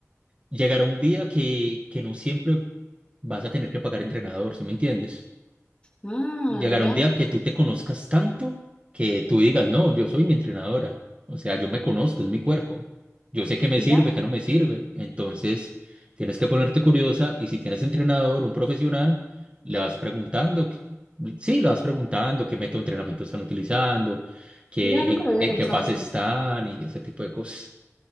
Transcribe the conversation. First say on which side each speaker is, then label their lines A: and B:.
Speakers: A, on the right; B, on the left.
A: llegará un día que, que no siempre vas a tener que pagar entrenador, ¿sí me entiendes?
B: Ah,
A: llegará
B: mira,
A: un día que tú te conozcas tanto que tú digas, no, yo soy mi entrenadora. O sea, yo me conozco, es mi cuerpo. Yo sé qué me
B: mira,
A: sirve, qué no me sirve. Entonces, tienes que ponerte curiosa y si tienes entrenador, un profesional, le vas preguntando, que- sí, le vas preguntando qué método de entrenamiento están utilizando, qué,
B: mira, nunca
A: en,
B: lo había
A: en
B: pensado
A: qué fase
B: así.
A: están y ese tipo de cosas.